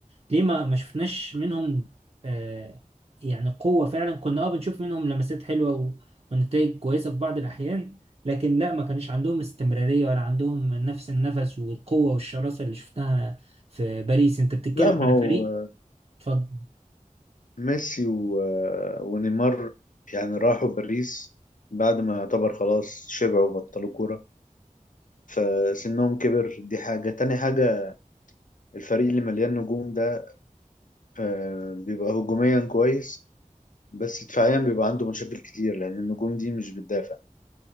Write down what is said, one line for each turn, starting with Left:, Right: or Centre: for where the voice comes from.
Right: ليه ما ما شفناش منهم آه يعني قوة فعلا كنا اه بنشوف منهم لمسات حلوة و- ونتائج كويسة في بعض الأحيان لكن لا ما كانش عندهم استمرارية ولا عندهم نفس النفس والقوة والشراسة اللي شفتها في باريس انت بتتكلم
Left: لا ما
Right: على
Left: هو
Right: فريق اتفضل
Left: ميسي و- ونيمار يعني راحوا باريس بعد ما يعتبر خلاص شبعوا وبطلوا كورة فسنهم كبر دي حاجة تاني حاجة الفريق اللي مليان نجوم ده آه، بيبقى هجوميا كويس بس دفاعيا بيبقى عنده مشاكل كتير لأن النجوم دي مش بتدافع